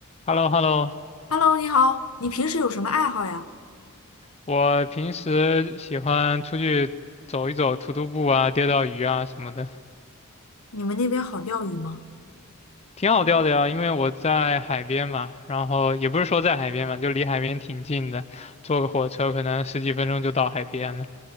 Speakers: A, on the left (about 30°); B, on the left (about 80°).
A: h e l l o h e l l o
B: Hello，你好，你平时有什么爱好呀？
A: 我平时喜欢出去走一走，徒徒步啊，钓钓鱼啊什么的，
B: 你们那边好钓鱼吗？
A: 挺好钓的呀。因为我在海边嘛，然后也不是说在海边嘛，就离海边挺近的，坐个火车可能十几分钟就到海边了。